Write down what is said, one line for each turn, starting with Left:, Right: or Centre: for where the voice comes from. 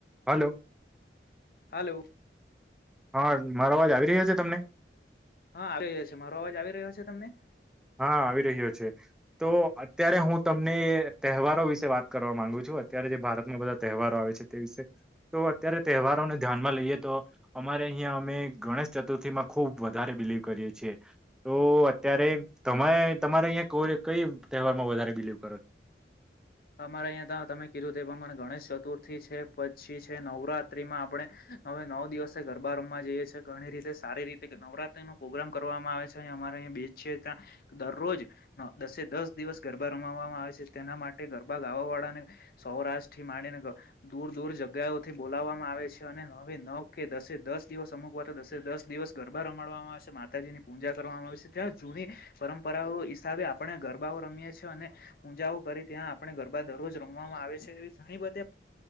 Centre: હાલો
Left: હાલો
Centre: હા મારો અવાજ આવી રહ્યો છે તમને
Left: હા આવી રહ્યા છે મારો અવાજ આવી રહ્યો છે તમને
Centre: હા આવી રહ્યો છે તો અત્યારે હું તમને તહેવારો વિશે વાત કરવા માંગુ છું અત્યારે જે ભારતમાં બધા તહેવારો આવે છે તે વિશે તો અત્યારે તહેવારોને ધ્યાનમાં લઈએ તો અ અ અહિયાં અમે ગણેશ ચતુર્થી માં ખુબ વધારે બિલીવ કરીએ છીએ તો અત્યારે તમે તમારે અહીં કો કઈ તહેવારમાં વધારે બિલીવ કરો છો
Left: અમારે અહીં ત તમે કીધું તે પ્રમાણે ગણેશ ચતુર્થી છે પછી છે નવરાત્રીમાં આપણે હવે નવ દિવસે ગરબા રમવા જઈએ છીએ ઘણી રીતે સારી રીતે નવરાત્રી નો પ્રોગ્રામ કરવામાં આવે છે અમા બે દરરોજ દસે દસ દિવસ ગરબા રમાવામાં આવે છે તેના માટે ગરબા ગા વાળાને સૌરાષ્ટ થી માંડીને દૂર દૂર જગ્યાઓથી બોલાવવામાં આવે છે અને નવે નવ કે દસે દસ દિવસ અમુક વાર દસે દસ દિવસ ગરબા રમાડવામાં આવશે માતાજીની પૂજા કરવામાં ત જૂની પરંપરાઓ હિસાબે આપણે ગરબાઓ રમીએ છીએ અને પૂજાઓ કરી ત્યાં આપણે ગરબા દરરોજ રમવામાં આવે છે એવી ઘણી બધી